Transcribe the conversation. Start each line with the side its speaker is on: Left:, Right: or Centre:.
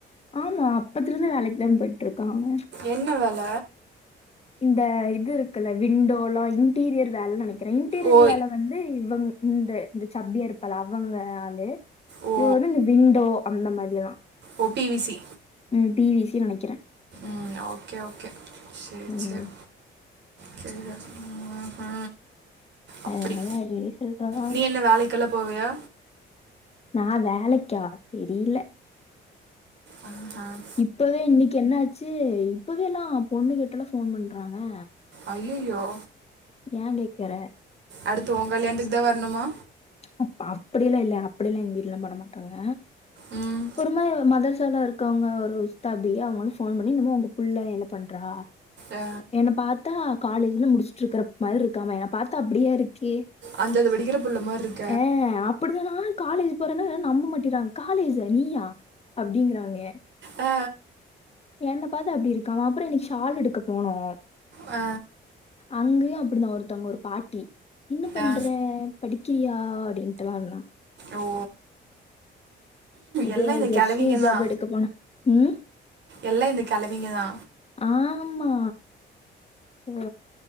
Left: ஆமா அப்பத்துலருந்து வேலைக்கு தா போய்ட்ருக்காங்க
Right: என்ன வேல
Left: இந்த இது இருக்குல்ல விண்டோல்லா இன்டீரியர் வேல நெனக்கிற இன்டீரியர்
Right: ஓ!
Left: வேல வந் இது இவங் இந்த இந்த சப்பியா இருப்பால்ல அவங்க ஆளு
Right: ஓ!
Left: இவ வந்து விண்டோ அந்த மாரியெல்லா
Right: ஓ பி வி சி
Left: ம் பி வி சி நெனக்கிற
Right: ம் ஓகே ஓகே சேரி
Left: ம்.
Right: சேரி தெரில ம்ஹூ அப்டி
Left: அதனால அடிக்கடி சொல்றதான்.
Right: நீ என்ன வேலைக்கெல்லா போவியா
Left: நா வேலைக்கா தெரில
Right: ஆ ஆ
Left: இப்பவே இன்னைக்கு என்ன ஆச்சி இப்பவே எல்லா பொண்ணுகிட்டல்லா ஃபோன் பண்றா அவ
Right: அய்யய்யோ
Left: ஏ கேக்குற
Right: அடுத்து ஓங் கல்யாணத்துக்கு தா வர்ணுமா
Left: அ அப்டியெல்லா இல்ல அப்டிய எல்லா எங்க வீட்லல்லா பண்ணமாட்டாங்க
Right: ம்.
Left: ஒருமார மதர் சாலா இருக் காங்க ஒரு உஸ்தாபி அவுங்க வந்து ஃபோன் பண்ணி என்னமோ உங்க புள்ள என்ன பண்றா
Right: அ
Left: என்ன பாத்தா காலேஜ்ல முடிச்சிட்டு இருக்கற மாரி இருக்காம என்ன பாத்தா அப்டியா இருக்கு
Right: அஞ்சாது படிக்கிற புள்ள மார்ருக்
Left: ஏ அப்டிதா நானு காலேஜ் போறேன்னா வே நம்ப மாட்டிறா காலேஜ்ஜா நீயா அப்டிங்கறாங்க
Right: ஆ
Left: என்ன பாத்தா அப்டி இருக்கா அப்றோ இன்னைக்கு ஷால் எடுக்க போனோ
Right: ஆ
Left: அங்கையு அப்டிதா ஒருத்தங்க ஒரு பாட்டி என்ன பண்ற
Right: ஆ
Left: படிக்கிறியா அப்டின்ட்டுல்லா இருந்தா
Right: ஓ
Left: இது
Right: எல்லா இந்த
Left: ஜெர்சி
Right: கெழவிங்க
Left: ஜாப்
Right: தா
Left: எடுக்க போனே ம்
Right: எல்லா இந்த கெழவிங்க தா
Left: ஆமா ஒ